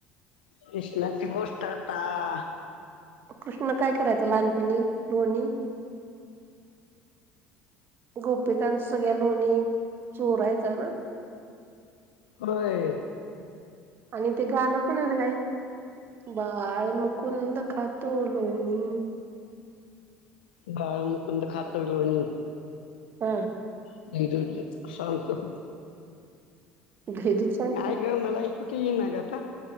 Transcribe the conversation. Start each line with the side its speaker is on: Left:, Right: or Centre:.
Left: कृष्णाची गोष्ट आता-
Right: कृष्ण काय करायचा लहानपणी लोणी. गोपिकांच सगळ्या लोणी चोरायचा ना?
Left: होय.
Right: आणि ते गाणं पण हाय न गं आई. बाळ मुकुंद खातो लोणी.
Left: बाळ मुकुंद खातो लोणी.
Right: हा.
Left: <unintelligible> सांगतो.
Right: भेजूच सांगतो
Left: नाई ग मला <unintelligible> येईना ग आता